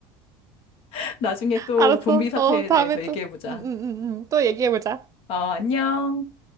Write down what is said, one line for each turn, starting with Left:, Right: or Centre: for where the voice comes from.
Left: <laughs> 나중에 또
Right: 알았어.
Left: 좀비 사태에
Right: 어, 다음에
Left: 대해서 얘기해보자.
Right: 또, 응, 응, 응, 응. 또 얘기해보자.
Left: 어, 안녕.